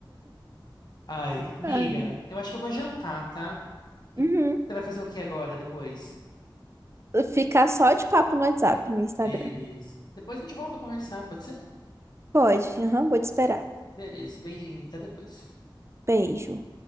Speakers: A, on the left; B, on the right.
A: Ai, amiga,
B: Ai.
A: eu acho que eu vou jantar, tá? E
B: Uhum.
A: você vai fazer o que agora, depois?
B: Ficar só de papo no WhatsApp, no Instagram.
A: Beleza. Depois a gente volta a conversar, pode ser?
B: Pode, aham, vou te esperar.
A: Beleza, beijinho, até depois.
B: Beijo.